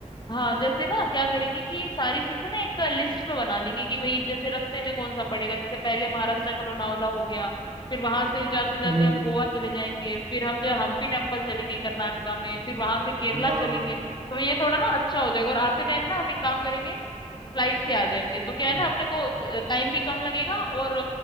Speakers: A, on the left (about 35°); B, on the right (about 40°).
A: हाँ जैसे ना क्या करेंगे कि ये सारी चीजें ना एक लिस्ट में बना लेंगे कि भाई जैसे रास्ते में कौन सा पड़ेगा जैसे पहले महाराष्ट्र का लोनावला हो गया फिर वहां से जाते जाते
B: हम्म
A: हम गोवा चले जाएंगे फिर हम जो हम्पी टेम्पल चलेंगे कर्नाटका में फिर वहां से केरला
B: हाँ
A: चलेंगे
B: हाँ
A: तो ये थोड़ा ना अच्छा हो जाएगा और आते टाइम ना हम एक काम करेंगे फ्लाइट से आ जाएंगे तो क्या है
B: हम्म,
A: ना अपने को टाइम भी कम लगेगा और